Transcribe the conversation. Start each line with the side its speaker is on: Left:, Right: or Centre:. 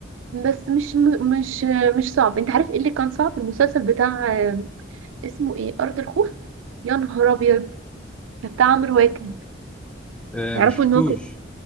Right: بس مش م- مش مش صعب انت عارف ايه اللي كان صعب المسلسل بتاع آه، اسمه ايه ارض الخوف يا نهار ابيض ده بتاع عمرو واكد
Centre: آه
Right: تعرفوا
Centre: مش شفتوش
Right: ان هو